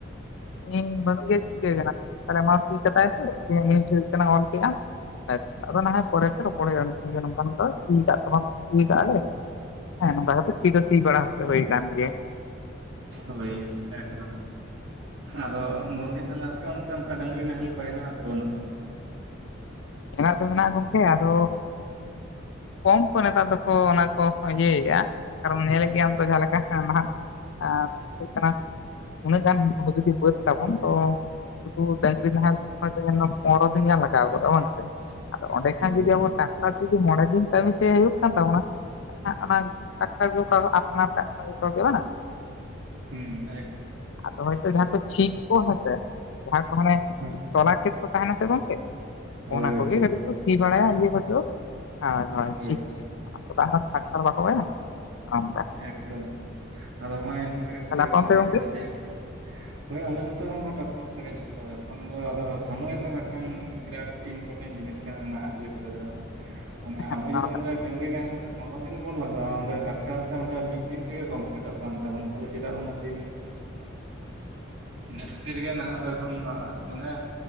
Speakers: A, on the left (about 70°); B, on the right (about 85°).
A: ᱤᱧ ᱵᱟᱹᱱᱩᱜ ᱜᱮ ᱪᱤᱠᱟᱹᱭ ᱠᱟᱱᱟ ᱛᱟᱦᱚᱞᱮ ᱢᱟ ᱯᱷᱤᱠ ᱠᱟᱛᱟᱭ <unintelligible> ᱠᱟᱱᱟ ᱚᱞ ᱠᱮᱫᱼᱟᱢ ᱟᱪᱷᱟ ᱟᱫᱚ ᱱᱟᱦᱚᱭ ᱯᱚᱨᱮᱛᱮ ᱨᱚᱯᱚᱲ ᱦᱩᱭᱩᱜᱼᱟ ᱱ ᱜᱮ ᱱᱚᱝᱠᱟ ᱱᱚᱝᱠᱟ ᱥᱤ ᱠᱟᱜ ᱛᱟᱢ ᱥᱤ ᱟᱠᱟᱛ ᱟᱞᱮ ᱦᱮᱸ ᱱᱚᱝᱠᱟ ᱠᱟᱛᱮ ᱥᱤ ᱫᱚ ᱥᱤ ᱵᱟᱲᱟ ᱦᱜᱚᱪᱚ ᱦᱩᱭ ᱠᱟᱱ ᱜᱮ
B: ᱦᱳᱭ ᱮᱠᱫᱚᱢ ᱟᱫᱚ ᱜᱚᱝᱠᱮ ᱛᱟᱦᱚᱞᱮ ᱟᱯᱮ ᱚᱱᱛᱮ ᱚᱱᱠᱟ ᱰᱝᱨᱤ ᱱᱟᱦᱮᱞ ᱠᱚ ᱦᱮᱱᱟᱜ ᱟᱥᱮ ᱵᱟᱹᱱᱩᱜᱼᱟ?
A: ᱢᱮᱱᱟᱜ ᱫᱚ ᱢᱮᱱᱟᱜ ᱜᱚᱝᱠᱮ ᱟᱫᱚ ᱠᱚᱢ ᱠᱚ ᱱᱮᱛᱟᱨ ᱫᱚᱠᱚ ᱚᱱᱟ ᱠᱚ ᱤᱭᱟᱹᱭ -ᱟ ᱾ ᱠᱟᱨᱚᱱ ᱧᱮᱞ ᱜᱮᱭᱟᱢ ᱡᱟᱦᱟᱸ ᱞᱮᱠᱟ ᱱᱟ <unintelligible> ᱠᱟᱱᱟ ᱩᱱᱟᱹᱜ ᱜᱟᱱ ᱡᱩᱫᱤ ᱵᱟᱹᱫ ᱛᱟᱵᱚᱱ ᱛᱚ ᱥᱩᱫᱷᱩ ᱰᱝᱨᱤ ᱱᱟᱦᱟᱨ ᱡᱮᱱᱚ ᱯᱚᱱᱨᱚ ᱫᱤᱱ ᱜᱟᱱ ᱞᱟᱜᱟᱣ ᱜᱚᱫᱚᱜᱼᱟ ᱵᱟᱝ ᱾
B: <unintelligible>
A: ᱟᱫᱚ ᱚᱸᱰᱮ ᱠᱷᱟᱱ
B: ᱦᱳᱭ
A: ᱡᱩᱫᱤ ᱟᱵᱚ ᱴᱟᱠᱟ ᱛᱮ ᱡᱩᱤ ᱢᱚᱬᱮ ᱫᱤᱱ ᱠᱟᱹᱢᱤᱛᱮ ᱦᱩᱭᱩᱜ ᱠᱟᱱ ᱛᱟᱵᱚᱱᱟ ᱾ <unintelligible> ᱚᱱᱟ ᱴᱟᱠᱴᱟᱨ ᱜᱮ <unintelligible> ᱟᱯᱱᱟᱨ ᱥᱟ ᱡᱚᱛᱚ ᱜᱮ ᱵᱟᱝ
B: ᱦᱮᱸ ᱾
A: ᱟᱫᱚ ᱦᱚᱭᱛᱚ ᱡᱟᱦᱟᱸ ᱠᱚ ᱪᱷᱤᱴ ᱠᱚ ᱦᱮᱥᱮ ᱡᱟᱦᱟᱸ ᱠᱚ ᱢᱟᱱᱮ
B: ᱦᱳᱭ
A: ᱛᱚᱞᱟ ᱠᱷᱮᱛ ᱠᱚ ᱛᱟᱦᱮᱱᱟ ᱥᱮ ᱜᱚᱝᱠᱮ
B: ᱦᱳᱭ
A: ᱚᱱᱟ ᱠᱚᱜᱮ
B: ᱪᱷᱤᱴ
A: ᱠᱟᱹᱴᱤᱡ ᱠᱚ ᱥᱤ ᱵᱟᱲᱟᱭ ᱤᱭᱟ ᱠᱚᱫᱚ ᱦᱚᱭ ᱦᱚᱭ
B: ᱦᱳᱭ
A: ᱴᱷᱤᱠ ᱟᱫᱚ ᱴᱟᱠᱴᱟᱨ ᱵᱟᱠᱚ ᱵᱟᱭᱟ ᱚᱱᱮ ᱚᱱᱠᱟ
B: ᱮᱠᱫᱚᱢ ᱟᱫᱚ ᱦᱚᱜ-ᱚᱭ ᱱᱚᱣᱟ ᱜᱮ ᱥᱟᱹᱨᱤ
A: ᱛᱟᱦᱞᱮ
B: ᱠᱟᱛᱷᱟᱢ
A: ᱟᱯᱮ ᱚᱱᱛᱮ
B: ᱞᱟᱹᱭ
A: ᱜᱚᱝᱠᱮ
B: ᱠᱮᱫᱟ ᱡᱮ
A: <inaudible>
B: ᱦᱳᱭ ᱟᱞᱮ ᱱᱚᱛᱮ ᱦᱚᱸ ᱠᱟ ᱴᱚᱠᱴᱚᱨ ᱛᱮᱜᱮ ᱡᱚᱛᱚ ᱮᱠᱷᱚᱱ ᱫᱚ ᱟᱫᱚ ᱥᱚᱢᱚᱭ ᱨᱮᱱᱟᱜ ᱢᱤᱫᱴᱟᱝ ᱜᱨᱟᱠ ᱤᱱᱯᱚᱴᱮᱱ ᱡᱤᱱᱤᱥ ᱠᱟᱱᱟ ᱱᱟᱦᱟᱜ ᱡᱩᱜᱽ ᱨᱮᱫᱚ,
A: <inaudible>
B: ᱢᱟᱱᱮ ᱟᱵᱚ ᱡᱚᱫᱤ
A: ᱚᱱᱟ
B: ᱚᱸᱰᱮ ᱰᱟᱝᱨᱤ ᱱᱟᱦᱮᱞ, ᱯᱚᱱᱮᱨᱚ ᱫᱤᱱ ᱵᱚᱱ ᱞᱟᱜᱟᱣᱟ ᱚᱸᱰᱮ ᱴᱟᱠᱴᱟᱨ ᱛᱮ ᱚᱸᱰᱮ ᱢᱤᱫ ᱫᱤᱱ ᱛᱮᱜᱮ ᱠᱚᱢᱯᱞᱤᱴᱚᱜ ᱠᱟᱱ ᱛᱟᱵᱚᱱᱟ ᱾ ᱛᱟᱦᱚᱞᱮ ᱪᱮᱫᱟᱜ ᱩᱱᱟᱹᱜ ᱫᱤᱱ, ᱤᱱᱟᱹ ᱠᱷᱟᱹᱛᱤᱨ ᱜᱮ ᱱᱟᱦᱟᱜ ᱫᱚ ᱮᱠᱷᱚᱱ ᱫᱚ ᱢᱟᱱᱮ,